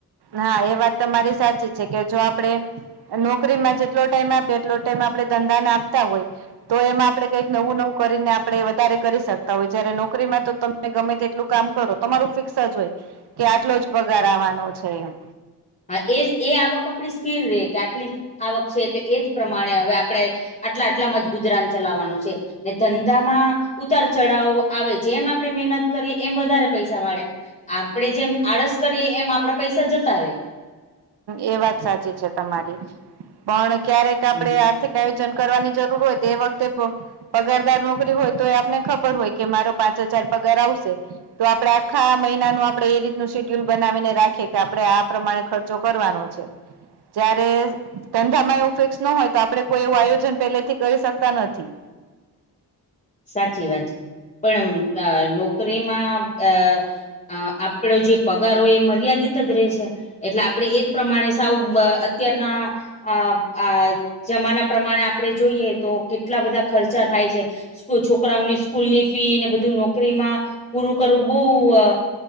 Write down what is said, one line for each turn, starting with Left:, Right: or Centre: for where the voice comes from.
Right: હા એ વાત તમારી સાચી છે કે, જો આપડે નોકરીમાં જેટલો ટાઈમ આપે એટલો ટાઈમ આપડે ધંધાને આપતા હોય. તો એમાં આપડે કંઈક નવું નવું કરીને આપણે વધારે કરી શકતા હોય જયારે નોકરીમાં તો તમે ગમે તે એટલું કામ કરો તમારું ફિક્સ જ હોય કે આટલો જ પગાર આવવાનો છે, એમ
Left: હા એ એ આવક આપણી સ્થિર રયે કે આટલી આવક છે તો એજ પ્રમાણે હવે આપણે આટલા આટલા માજ ગુજરાન ચલાવવાનું છે. ને ધંધામાં ઉતાર ચઢાવો આવે છે, જેમ આપણે મહેનત કરીએ એમ વધારે પૈસા મળે. આપડે જેમ આળસ કરીએ એમ આપણા પૈસા જતા રહેે.
Right: એ વાત સાચી છે, તમારી પણ ક્યારેક આપડે
Left: હમ
Right: આર્થિક આયો જન કરવાની જરૂર હોય, તો તે એ વખતે પગારદાર નોકરી હોય, તોએ આપને ખબર હોય કે મારો પાંચ હજાર પગાર આવશે. તો આપણે આખા મહિનાનું આપડે એ રીતનું શેડ્યુલ બનાવીને રાખીએ કે આપણે આ પ્રમાણે ખર્ચ, કરવાનો છે, જ્યારે ધંધા મા એવું કંઈક ન હોય તો આપડે કોઈ એવું આયોજન પેલે થી કરી શકતા નથી.
Left: સાચી વાત છે, પણ નોકરીમાં અ અ આપડો જે પગાર હોય એ મર્યાદિત જ રહે છે, એટલે આપણે એજ પ્રમાણે સાવ અત્યારના, અ આ જમાના પ્રમાણે આપણે જોઈએ તો કેટલા બધા ખર્ચા થાય છે. છોકરાઓની સ્કૂલ ની ફીને બધું નોકરીમાં, પૂરું કરવું બહુ અ